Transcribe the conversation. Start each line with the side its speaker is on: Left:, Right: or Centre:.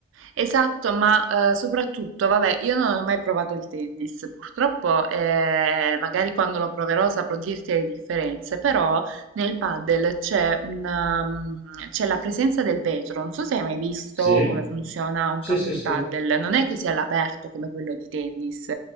Right: Esatto, ma eh, soprattutto, vabbè, io non ho mai provato il tennis, purtroppo, eh, magari quando lo proverò saprò dirti le differenze, però nel padel c'è un, um, c'è la presenza del vetro, non so se hai mai visto
Left: Sì,
Right: come funziona un
Left: sì,
Right: campo
Left: sì,
Right: di
Left: sì,
Right: padel, non è così all'aperto come quello di tennis.